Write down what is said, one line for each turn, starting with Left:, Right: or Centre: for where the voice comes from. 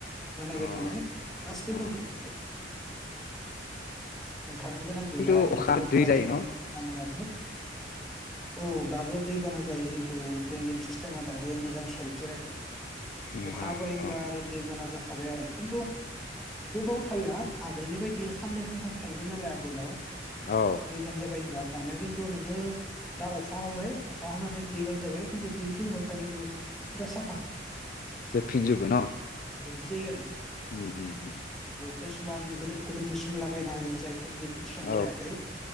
Centre: बानायबाय
Left: अ
Centre: थानाय गासैबो
Left: अ
Centre: ओंखार जोबबाय। ओंखारनो गोनां
Left: खिन्थु
Centre: गैला आरो
Left: अखा
Centre: लखराथिं
Left: दै जायो न'
Centre: जानायाबो। औ दाबो दैबाना जायो खिन्थु दड्रेेनं सिस्टेमा दाबो मोजां सल्भ जायाखै।
Left: नङा
Centre: अखा हाबाय होनबा
Left: अ
Centre: आरो दैबाना जाखा। थाबाय आरो खिन्थु गोबाव थाला आगोलनि बायदि खाननै खानथाम थायोमोन नालाय आगोलाव।
Left: औ
Centre: दै बान जाबाय होनबा? दानया खिन्थु नोङो दा अखा होबाय अखा हानानै दैबानो जाबाय खिन्थु दुइ तिन घन्टानि उनाव फुरा साफा।
Left: जे फिनजुबो न
Centre: बिदि जायो आरो।
Left: उम उम उम।
Centre: किसुमान गदिर गदिर मेसिन लागायना होयो जाय। दैखौ थिखाखं
Left: औ
Centre: हायाखै